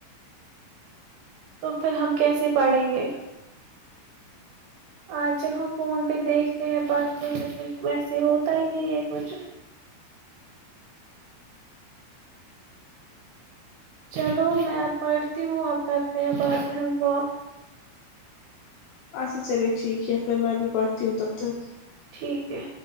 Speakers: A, on the right (about 75°); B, on the left (about 80°).
A: تو پھر ہم کیسے پڑھیں گے آج جب ہم فون پہ دیکھتے ہیں پڑھتے ہیں پھر ویسے ہوتا ہی نہیں ہے کچھ چلو میں اب پڑھتی ہوں اب کرتے ہیں بعض رم کال
B: اچھا چلے ٹھیک ہے پھر میں ابھی پڑھتی ہوں تب تک
A: ٹھیک ہے